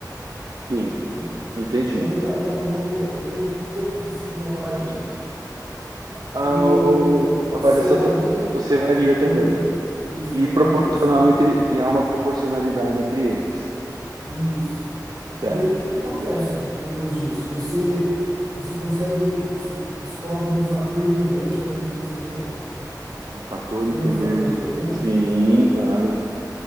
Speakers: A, on the right (about 65°); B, on the right (about 90°).
A: Sim,
B: entendeu?
A: entendi.
B: Então o negócio é uma, é uma ideia. Então, quando o sigma varia,
A: A,
B: o,
A: o-
B: o
A: a variação
B: c varia,
A: ta- você varia
B: ta- também
A: também.
B: varia. Isso,
A: E
B: e tem
A: proporcional
B: uma relação ali.
A: entre, e há uma proporcionalidade entre eles.
B: Isso.
A: Certo.
B: E daí o que que acontece depois disso? Você você consegue, você descobre um fator integrante para resolver essa L D o
A: Um fator
B: Você
A: integrante.
B: lembra do fator integrante?
A: Sim, claro.